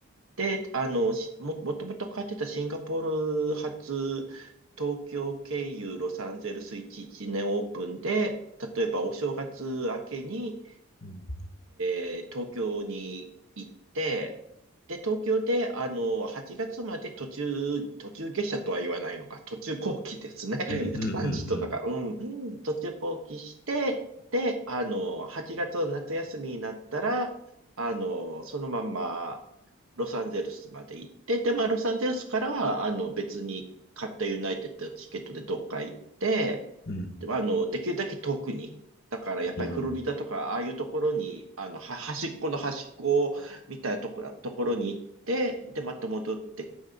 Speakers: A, on the right; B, on the left.
A: で、あの、しも、もともと買ってたシンガポール発、東京経由ロサンゼルス11年オープンで、例えばお正月明けに
B: うん。
A: えー東京に行って、で、東京で、あの、8月まで途中、途中下車とは言わないのか、途中後期ですね。<laughs>
B: うん。う
A: トランジットだから、
B: ん。
A: うん。途中後期して、で、あの、8月の夏休みになったら、あの、そのまんま、ロサンゼルスまで行って、で、まあ、ロサンゼルスからは、あの、別に買ったユナイテッドのチケットでどっか行って、
B: うん。
A: でまあの、できるだけ遠くに。だからやっぱりフロリダとか、
B: うん
A: ああいうところに、あの、は端っこの端っこみたいなところ、ところに行って、で、また戻って